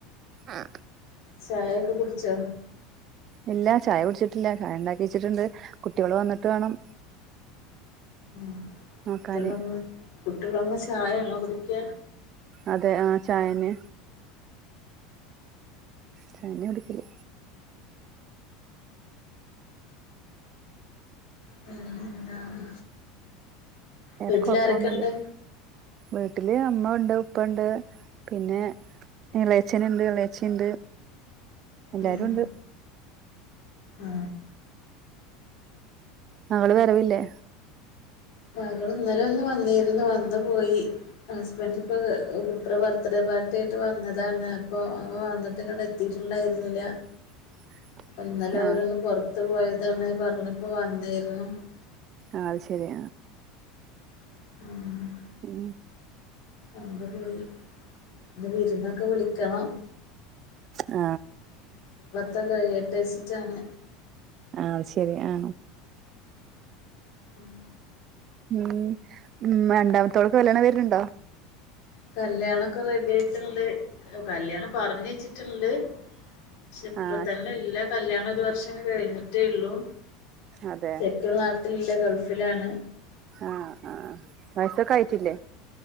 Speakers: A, on the right; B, on the left.
A: ആ
B: ചായെക്കെ കുടിച്ചോ?
A: ഇല്ല ചായ കുട്ച്ചിട്ടില്ല. ചായണ്ടാക്കി വെച്ച്ട്ട്ടണ്ട് കുട്ടികള് വന്ന്ട്ട് വേണം.
B: ഉ
A: നോക്കാന്
B: കുട്ടള് വന്ന് കുട്ടള് വന്ന് ചായയാണോ കുടിക്കാ
A: അതെ ആ ചായന് കഞ്ഞി കുടിക്കല്.
B: പിന്നെന്താണ്
A: വേറെ
B: വീട്ടിലാരെക്കെണ്ട്?
A: കൊഴപ്പൊന്നുല്ല വീട്ടില് അമ്മ ഉണ്ട് ഉപ്പുണ്ട് പിന്നെ ഇളയച്ചന ണ്ട് ഇളയച്ചി ണ്ട് എല്ലാരുണ്ട്
B: ഉം. ആ
A: മകള് വരവില്ലേ
B: മകൾ ഇന്നല ഒന്ന് വന്നിരുന്നു വന്ന് പോയി ഹസ്ബൻഡ ഇപ്പൊ കുട്ടുടെ ബർത്ത് ഡേ പാർട്ടി ആയിട്ട് വന്നതാണ് അപ്പൊ അവ വന്നിട്ട് ഇങ്ങടെ എത്തി ണ്ടായിരുന്നില്ല
A: <unintelligible>
B: എന്നന്നാലും
A: ആ
B: അവരൊന്ന് പുറത്തു പോയതാണ് പറഞ്ഞപ്പോ വന്നായിരുന്നു
A: ആ ശരി
B: മ്
A: മ്
B: അന്ന് പോയി അന്ന് വിരുന്നൊക്കെ വിളിക്കണം
A: ആ
B: ത്ത കഴുകട്ട് വെച്ചിട്ടാണ്
A: ആ ശെരി ആ
B: മ്
A: മ് മ് രണ്ടാമത്തോടെക്ക കല്യാണ പേരുണ്ടോ
B: കല്യാണൊക്കെ റെഡി ആയിട്ടുണ്ട് കല്യാണം പറഞ്ഞ വെച്ചിട്ടുണ്ട് പക്ഷെ ഇപ്പ
A: ആ
B: തന്നെ
A: ശരി
B: എല്ലാ കല്യാണം ഒരു വർഷം കഴിഞ്ഞിട്ടേള്ളൂ
A: അതെ
B: ചെക്കൻ നാട്ടിലല്ല ഗൾഫിലാണ്
A: ആ ആ വയസൊക്കെ ആയിട്ടില്ലേ